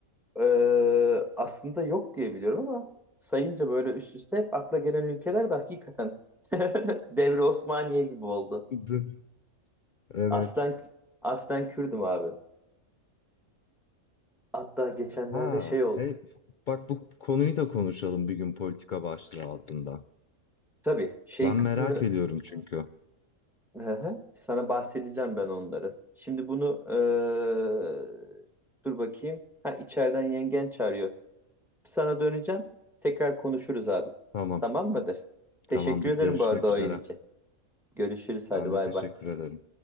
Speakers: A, in the centre; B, on the left (about 80°).
A: Ee, aslında yok diye biliyorum ama sayınca böyle üst üste hep akla gelen ülkeler de hakikaten <laughs> Devri Osmaniye gibi oldu.
B: <laughs> Evet.
A: Aslen aslen Kürdüm abi. Hatta geçenlerde
B: Ha,
A: şey oldu.
B: e, bak bu konuyu da konuşalım bir gün politika başlığı altında.
A: Tabii şey
B: Ben
A: kısmını
B: merak ediyorum çünkü.
A: Hı hı. Sana bahsedeceğim ben onları. Şimdi bunu eee, dur bakayım. Ha içeriden yengen çağırıyor. Sana döneceğim. Tekrar konuşuruz abi.
B: Tamam,
A: Tamam mıdır? Teşekkür
B: tamamdır.
A: ederim
B: Görüşmek
A: bu arada oyun
B: üzere.
A: için. Görüşürüz hadi
B: Ben
A: bay
B: de teşekkür
A: bay.
B: ederim.